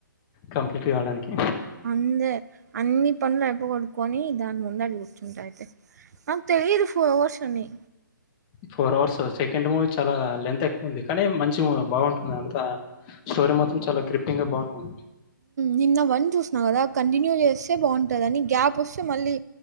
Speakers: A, on the left; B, on the right.
A: కంప్లీట్ కావడానికి
B: అందే అన్ని పనులు అయిపోగొడుటుకొని దాని ముందడ కూర్చుంట అయితే నాకు తెలిదు ఫోర్అవర్స్ అనీ
A: ఫోర్ అవర్స్ సెకండ్ మూవీ చాలా లెంత్ ఎక్కువ ఉంది కానీ మంచి మూవీ బాగుంటుంది అంతా స్టోరీ మాత్రం చాలా గ్రిప్పింగ్ గా బాగుంటుంది
B: నిన్న వన్ చూసినా కదా కంటిన్యూ చేస్తే బాగుంటుందని గ్యాప్ వస్తే మళ్ళీ